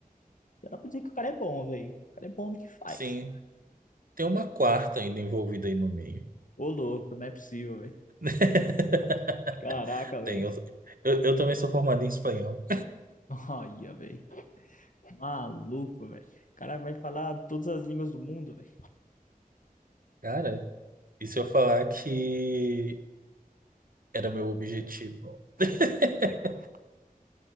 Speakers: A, on the left; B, on the right.
A: já dá pra dizer que o cara é bom, velho. O cara é bom no que faz.
B: Sim, tem uma quarta ainda envolvida aí no meio.
A: Ô, louco, não é possível, velho.
B: <laughs>
A: Caraca, velho.
B: Tem, eu, eu, eu também sou formado em espanhol.
A: Olha, velho. Maluco, velho. O cara vai falar todas as línguas do mundo, velho.
B: Cara, e se eu falar que era meu objetivo? <laughs>